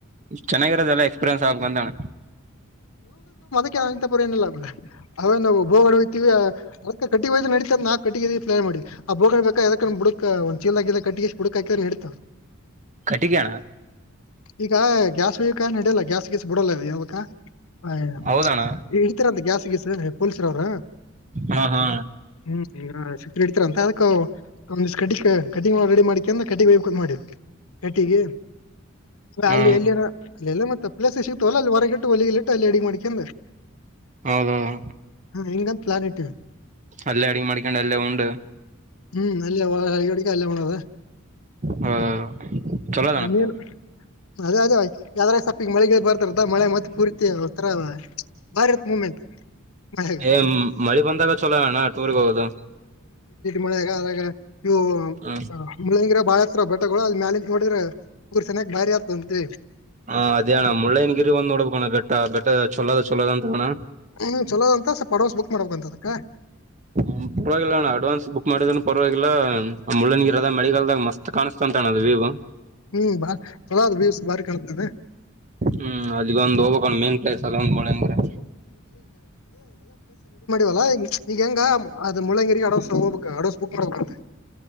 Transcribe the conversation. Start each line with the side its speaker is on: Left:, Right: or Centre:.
Right: ಚೆನ್ನಾಗಿರದದೆಲ್ಲ ಎಕ್ಸ್ಪೀರಿಯನ್ಸ್ ಆಗ್ಬೇಕು ಅಂತಣ
Left: ನಂತ ಪರ ಲ್ಲುದು ಅವ ನಾವುಬ್ ಹೊಡ ಹಯ್ತಿವಿ ಅದಕ್ಕೆ ಕಟ್ಟಿ ಹಯ ನಡತ ನಾ ಕಟ್ಟಿ ಪ್ಲಾನ್ ಮಾಡ ಆ ಬೋಗಣ್ ಬಾ ಯದಕ ಬುಕ್ ಒಂದ ಚೀಲ್ ಆಕಿದ ಕಟ್ಟಿ ಎಷ್ಟ ಬುಕಕ್ಕಿದ ಹಿಡ್ತ
Right: ಕಟ್ಟಿಗೆಣ
Left: ಈಗ ಗ್ಯಾಸ್ ಹಯಕ ನಡೆಯಲ್ಲ ಗ್ಯಾಸ್ ಗಿಸ್ ಬಿಡಲ್ಲ ಯಾವತ್ತ ಆಯ
Right: ಹೌದಣ್ಣ
Left: ಇತೀರ ಅಂತ ಗ್ಯಾಸ್ ಗೀಸ್ ಪೊಲೀಸರ ಅವ್ರ
Right: ಹಾ ಹಾ
Left: ಹ್ಮ್ ಇಡ್ತರ ಅಂತ ಅದಕ್ಕ ಕಿ ಕಟಿಂಗ್ ರೆಡಿ ಮಾಡಿಕ ಅಂದ್ರ ಕಟಿಂಗ ಮಾಡವಿ ಕಟ್ಟಿಗೆ
Right: ಹಾ
Left: ಅ ಎ ಅಲ್ಲ ಮತ್ತೆ ಪ್ಲಸ್ ಸಿಕ್ತವಲ್ಲ ಅಲ್ಲಿ ಹೊರಗಿಟ್ಟು ಹೊಲಗಲಿ ಇಟ್ಟು ಅಲ್ಲಿ ಅಡಗೆ ಮಾಡ್ಕಂದ
Right: ಹೌದೌದು
Left: ಹ್ಮ ಇಂಗ್ ಪ್ಲಾನೆಟ್
Right: ಅಲ್ಲೇ ಅಡಗೆ ಮಾಡ್ಕೊಂಡು ಅಲ್ಲೇ ಉಂಡು
Left: ಹ್ಮ್ ಅಲ್ಲೇಗಡಿಗೆ ಅಲ್ಲೇ ಮಾಡೋದ
Right: ಹೌ ಚಲೋ ಆದಣ್ಣ ಪ್ಲಾನ್.
Left: ನೀನ್ ಅದೇ ಅದೇ ಈಗ್ ಸ್ವಲ್ಪ್ ಮಳಿ ಗಿಳಿ ಬರ್ತೀತದ ಮಳೆಗಾ ಮತ್ ಪೂರ್ತಿ ಒಂತರ. ಬಾರಿ ಇರ್ತದ ಮೂಮೆಂಟ್. ಮಳೆಯಾಗ
Right: ಏ ಮಳಿ ಬಂದಾಗ ಚಲೋ ಅಣ್ಣ ಟೂರ್ಗೆ ಹೋಗೋದು.
Left: ಮಳಗ ಇವು
Right: ಹ್ಮ್
Left: ಮುಳಂಗಿರ ಬಾಳ ಎತ್ತರ ಅವ ಬೆಟ್ಟಗಳು ಅಲ್ಲಿ ಮ್ಯಾಲ ಇಂತ ನೋಡಿದ್ರೆ <unintelligible>
Right: ಹಾ ಅದೇ ಅಣ ಮುಳ್ಳಯ್ಯನ ಗಿರಿ ಒಂದ್ ನೋಡಬೇಕು ಅಣ್ಣ ಬೆಟ್ಟ ಬೆಟ್ಟ ಚೊಲದ ಚೊಲದ ಆದ ಅಂತಾರಣ್ಣ.
Left: ಹ್ಮ ಚಲೋದ ಅಂತ ಸ್ವಲ್ಪ ಅಡ್ವಾನ್ಸ್ ಬುಕ್ ಮಾಡ್ಬೇಕಂತ ಅದಕ್ಕ.
Right: ಹ ಪರವಾಗಿಲ್ಲ ನಣ್ಣ ಅಡ್ವಾನ್ಸ್ ಬುಕ್ ಮಾಡಿದ್ರನು ಪರವಾಗಿಲ್ಲ ಆ ಮುಳ್ಳಯ್ಯನ ಗಿ ಇದ ಮಳೆಗಾಲ್ದಗ ಮಸ್ತ್ ಕಾಣಿಸ್ತಂತ ಅದು ವಿವು.
Left: ಹ್ಮ್ ಬಾ ಚಲೋ ಅದ ವಿವ್ಸ್ ಬಾರಿ ಕಣ್ತದಡು.
Right: ಹ್ಮ್ ಅದ್ಗೊಂದು ಹೋಗಕೊಂಡ್ ಮೇನ್ ಪ್ಲೇಸ್ ಅಲ್ಲ ಒಂದ್ ಮಳೆ ಅಂದ್ರೆ.
Left: ವಲ್ಲ ಈಗ ಹೆಂಗ ಅದ ಮುಳ್ಳಂಗಿರಿ ಅಡ್ವಾನ್ಸ್ ಎಂಗ್ ಹೋಗಬೇಕ ಅಡ್ವಾನ್ಸ್ ಬುಕ್ ಮಾಡ್ಬೇಕಂತ.